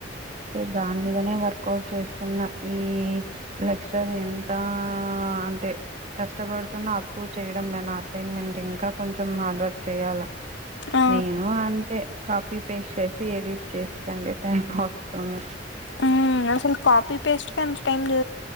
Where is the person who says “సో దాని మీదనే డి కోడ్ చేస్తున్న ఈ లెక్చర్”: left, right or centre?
Right